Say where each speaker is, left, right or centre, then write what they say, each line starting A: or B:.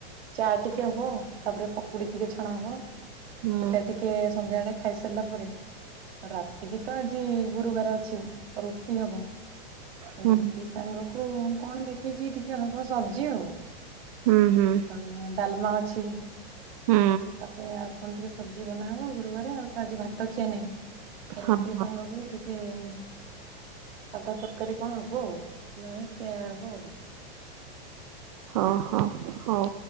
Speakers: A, on the right (about 70°); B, on the right (about 35°).
A: ଚା ଟିକେ ହବ ତାପରେ ପକୁଡି ଟିକେ ଛଣା ହବ
B: ହୁଁ
A: ସେଟା ଟିକେ ସନ୍ଧ୍ୟାବେଳେ ଖାଇ ସାରିଲା ପରେ। ରାତିକି ତ ଆଜି ଗୁରୁବାର ଅଛି ରୁଟି ହବ।
B: ହୁଁ
A: ରୁଟି ସାଙ୍ଗ କୁ କଣ ଦେଖିକି ଟିକେ ହବ ସବଜି ଆଉ।
B: ହୁଁ ହୁଁ।
A: ଆଉ ଡାଲମା ଅଛି
B: ହୁଁ
A: ତାପଏ ଆଉ କଣ ଟିକେ ସବଜି ବନାହବ ଆଉ ଗୁରୁବାରେ ଆଉ ତ ଆଜି ଭାତ ଖିଆ ନାହିଁ ରୁଟି
B: ହଁ ହଁ।
A: ସାଙ୍ଗକୁ ଟି <unintelligible> ସାଧା ତରକାରୀ କଣ ହବ ଆଉ ନାଇଁ ଖିଆ ହବ ଆଉ।
B: ଓହୋ ହଉ